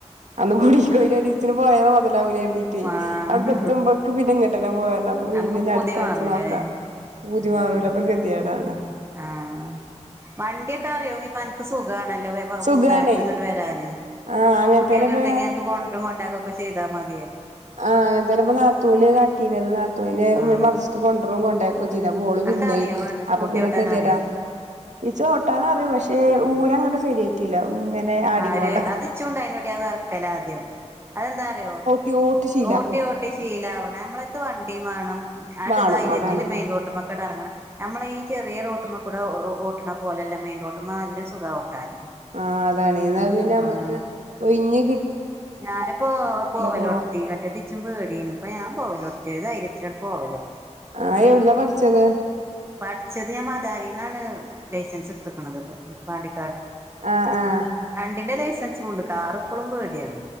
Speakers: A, on the right; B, on the right.
A: അന്ന് കുടിക്കോയിലോരീസന് പോയ അത് മുതലാവല എഴുതിട്ട്
B: ആഹ്
A: അവിടെക്ക എത്തുമ്പോക്ക് പിന്നെ ഇങ്ങട്ടനെ പോരണം. അപ്പൊ വീടിനിനി
B: നമുക്ക് പൂതി
A: അടുത്താഴ്ച്ച
B: മാറൂലല്ലേ
A: നോക്കാം പൂതിമാറല്ല
B: ഉം
A: ഗതിയേടാണ്
B: ആഹ് വണ്ടിയൊക്കെ അറിയോങ്കിപ്പ അനക്ക് സുഖാണല്ലോ
A: സുഖാണേ
B: പൂന്താനത്ത്ന്നിങ്ങോട്ട് വരാന്
A: ആഹ്
B: സ്കൂട്ടിയൊക്കെ
A: അങ്ങനത്തേനെ ഇപ്പ
B: ഉണ്ടെങ്കി അനക്ക് കൊണ്ടരേം കൊണ്ടാക്ക്വക്കെ ചെയ്താ മതി
A: ആ അങ്ങനെതന്നപ്പം നാത്തൂന് കാട്ടീന്നത് നാത്തൂനെ
B: ആഹ്
A: വിടെ മദ്രസ്സക്ക് കൊണ്ടരും കൊണ്ടാക്കും. ഇതാ മോള് വിരുന്നോയി
B: അനക്കറിയോ സ്കൂട്ടി
A: അപ്പൊ പിന്നൊക്കെ
B: ഓട്ടാനറിയോ
A: ജ്ജ് ഏടാ? ഇച്ച ഓട്ടാന അറിയും പക്ഷെ ഊര അങ്ങോട്ട് ശരിയായിട്ടില്ല. ഇങ്ങനെ ആടിങ്ങോണ്ടാ
B: ആ ഒരു അതിച്ചൂണ്ട അയിനോടെ ആ വറക്കല ആദ്യം അതെന്താറിയോ?
A: ഈ ഓട്ടിച്ചി
B: ഓട്ടി ഓട്ടി ശീലാവണം നമ്മളെത്ത് വണ്ടിയും വേണം അങ്ങടു
A: വാണം
B: ധൈര്യത്തില്
A: അതാണ്
B: മെയിൻ റോട്ടുമ്മേക്കെട് എറങ്ങണം. നമ്മള ഈ ചെറിയ റോട്ടുമ്മ കൂടെ ഓട്ടണ പോലല്ല മെയിൻ റോട്ടുമ്മേ നല്ല സുഖ ഓട്ടാന്.
A: ആ അതാണ് എന്നാ പിന്നെ നമ്മുക്ക്
B: ആഹ്
A: ഒഴിഞ്‌
B: ഞാനിപ്പോ പോവലോർത്തി
A: പോവാ
B: മറ്റേത്തെച്ചും പേടിനു ഇപ്പ ഞാൻ പോവലോർത്തിയത് ധൈര്യത്തില് പോവലോർത്തി.
A: ആ എവിടന്നാ പഠിച്ചത്?
B: പഠിച്ചത് ഞാൻ മദാരിന്നാണ് ലൈസൻസ് എടുത്തക്കണുത്പ പാണ്ടി
A: ആഹ് ആഹ്
B: രണ്ടിന്റെ ലൈസൻസ്ണ്ട് കാറിപ്പഴും പേടിയാണ്.